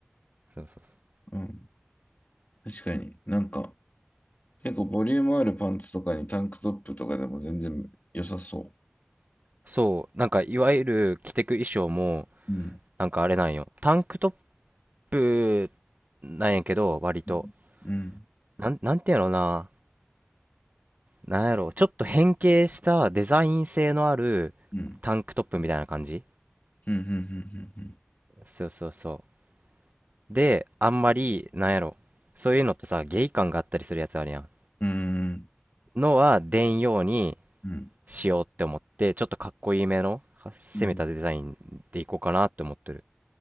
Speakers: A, on the right; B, on the left.
A: そうそうそう
B: うん。確かに。なんか、結構ボリュームあるパンツとかにタンクトップとかでも全然良さそ
A: そうなんかいわゆる着てく衣装も
B: う。うん。
A: なんかあれなんよタンクトップなんやけど割と
B: うん。うん。
A: なん、なんていうのかななんやろう、ちょっと変形したデザイン性のあるタンクトップみたいな感じ
B: うん。うん。うん。
A: そうそうそう。で、あんまり、なんやろ、そういうのってさ、ゲイ感があったりするやつあるやん。
B: うん。
A: のは出んように
B: うん。
A: しようって思って、ちょっとかっこいいめの、は攻めたデザインでいこうかなって思ってる。
B: うん。